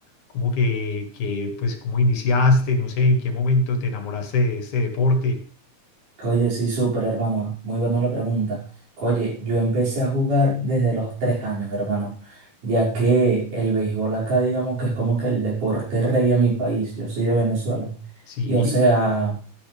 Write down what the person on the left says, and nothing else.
¿Cómo que, que pues cómo iniciaste? No sé, ¿en qué momento te enamoraste de este deporte?
Sí.